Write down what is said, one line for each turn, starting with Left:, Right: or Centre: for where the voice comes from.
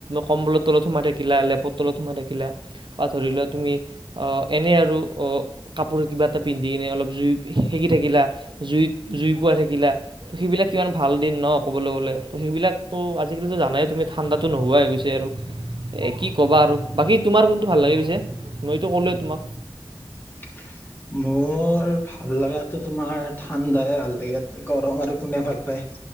Right: কম্বৰ তলত সোমাই থাকিলা, লেপ তলত সোমাই থাকিলা বা ধৰি লোৱা তুমি আ এনেই আৰু অ' কাপোৰ কিবা পিন্ধি কিনে অলপ জুই সেকি থাকিলা, জুইত, জুই পোৱা থাকিলা। ত' সেইবিলাক কিমান ভাল দিন। ন ক'বলৈ গ'লে ত' সেইবিলাকতো আজিকালিতো জানাই তুমি ঠাণ্ডাতো নোহোৱাই হৈ গৈছে আৰু। এ কি ক'বা আৰু বাকী তোমাৰ কোনটো ভাল লাগে পিছে? মইতো ক'লোৱেই তোমাক।
Left: <inaudible> মোৰ ভাল লাগাটো তোমাৰ ঠাণ্ডাই ভাল লাগে। গৰম আৰু কোনে ভাল পায়।